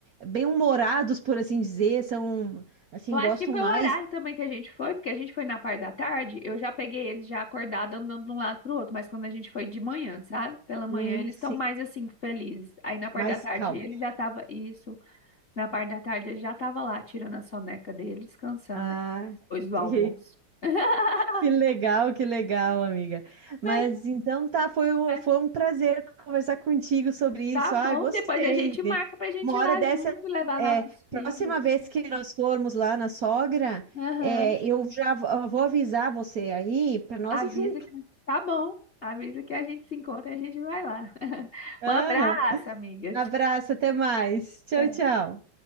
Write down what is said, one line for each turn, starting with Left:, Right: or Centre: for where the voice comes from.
Right: bem humorados, por assim dizer, são, assim,
Left: Eu acho
Right: gostam
Left: que foi
Right: mais,
Left: o horário também que a gente foi, porque a gente foi na parte da tarde, eu já peguei eles já acordados andando de um lado pro outro, mas quando a gente foi de manhã, sabe? Pela manhã
Right: hum,
Left: eles
Right: sim,
Left: estão mais assim, felizes. Aí na parte
Right: mais
Left: da tarde
Right: calmos.
Left: ele já tava, isso, na parte da tarde ele já tava lá, tirando a soneca dele, descansando,
Right: Ah,
Left: né? Depois do
Right: <laughs>
Left: almoço. <laughs>
Right: Que legal, que legal, amiga. Mas
Left: Mas,
Right: então tá, foi, o-
Left: mas
Right: foi um prazer conversar contigo sobre isso.
Left: tá
Right: Ah,
Left: bom,
Right: gostei.
Left: depois a gente marca pra gente
Right: Uma
Left: ir
Right: hora
Left: lá
Right: dessa,
Left: junto e levar
Right: é,
Left: nossos filhos.
Right: próxima vez que nós formos lá na sogra,
Left: Aham.
Right: é, eu já v- eu vou avisar você aí para nós
Left: Avisa
Right: ir junto.
Left: que tá bom. Avisa que a gente se encontra e a gente vai lá. <laughs>
Right: Aham.
Left: Um abraço, amiga.
Right: Abraço, até mais. Tchau,
Left: É.
Right: tchau.